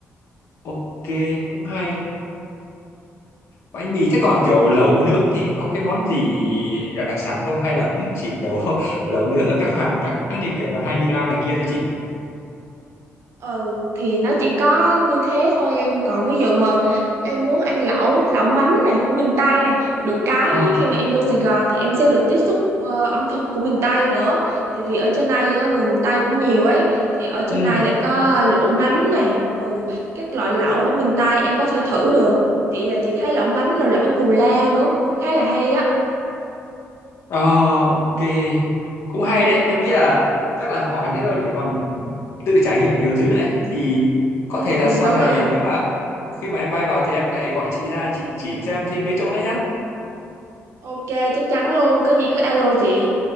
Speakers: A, on the left; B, on the right.
A: ok cũng hay Bánh mì thế còn kiểu lẩu nướng thì có cái món gì là đặc sản không hay là cũng chỉ kiểu <laughs> lẩu nướng ở các hàng các hãng như kiểu là Hai đi Lao này kia thôi chị?
B: ừ thì nó chỉ có như thế thôi em còn ví dụ mà em muốn ăn lẩu lẩu mắm này của miền Tây này được cái
A: Ờ,
B: nhá khi mà em vô Sài Gòn thì em sẽ được tiếp xúc ờ, ẩm thực của miền Tây nữa tại vì ở trên đây á, người miền Tây cũng nhiều ấy thì ở trên
A: ừ,
B: đây lại có lẩu mắm này ừ các loại lẩu ở miền Tây em có thể thử được chị là chị thấy lẩu mắm là lẩu cù lao nữa cũng khá là hay á
A: ờ, ok, cũng hay đấy. Em nghĩ là chắc là hỏi thế thôi để còn tự trải nghiệm nhiều thứ nữa ấy. Thì có
B: <laughs>
A: thể là
B: Ừ,
A: sau
B: đúng
A: này
B: rồi
A: nếu mà khi mà em bay vào thì em lại gọi chị ra chị chỉ cho em thêm mấy chỗ nữa nhá.
B: ok chắc chắn luôn có gì cứ alo chị